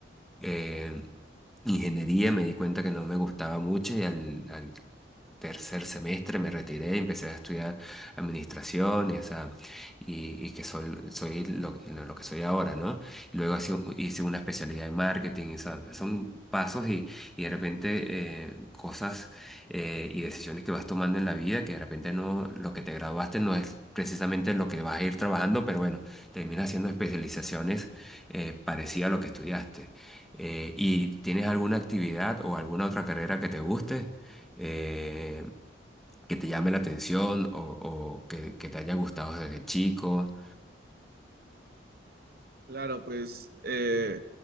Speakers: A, in the centre; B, on the right (about 55°).
A: eh, Ingeniería, me di cuenta que no me gustaba mucho y al, al tercer semestre me retiré y empecé a estudiar administración y, o sea, y, y que soy, soy lo, lo- lo que soy ahora, ¿no? Y luego hice, un- hice una especialidad en marketing, y, o sea, son pasos y, y de repente eh, cosas eh, y decisiones que vas tomando en la vida que de repente no, lo que te graduaste no es precisamente lo que vas a ir trabajando, pero bueno, terminas haciendo especializaciones eh, parecidas a lo que estudiaste. Eh, ¿y tienes alguna actividad o alguna otra carrera que te guste? eh, que te llame la atención o, o que, que te haya gustado desde chico.
B: Claro, pues eh,